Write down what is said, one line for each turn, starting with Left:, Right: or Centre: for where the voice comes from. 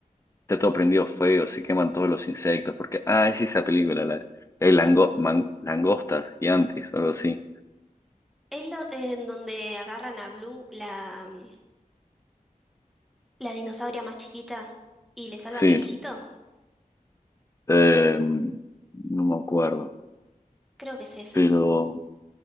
Left: está todo prendido fuego, se queman todos los insectos, porque, ah, es esa película, la, hay lango- man- langostas gigantes, o algo así.
Centre: Es lo en donde agarran a Blue, la, mm, la dinosauria más chiquita, y le salvan
Left: Sí,
Centre: el hijito.
Left: Eh, no me acuerdo,
Centre: Creo que es esa.
Left: pero